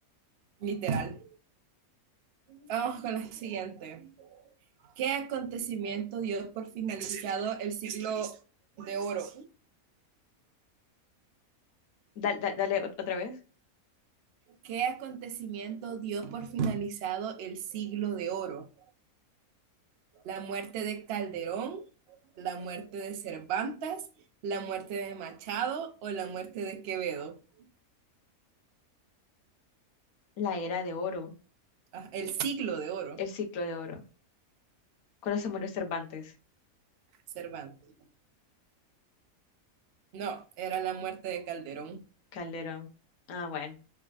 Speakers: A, on the right (about 55°); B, on the left (about 75°).
A: literal. Vamos con la siguiente. ¿Qué acontecimiento dio por finalizado el siglo de oro?
B: Da- no. da- dale ot- otra vez.
A: ¿Qué acontecimiento dio por finalizado el siglo de oro? la muerte de Calderón, la muerte de Cervantes, la muerte de Machado o la muerte de Quevedo.
B: La era de oro,
A: Ah, el siglo de oro,
B: el ciclo de oro. ¿Cuándo se murió Cervantes?
A: Cervantes. No, era la muerte de Calderón.
B: Calderón. Ah, bueno.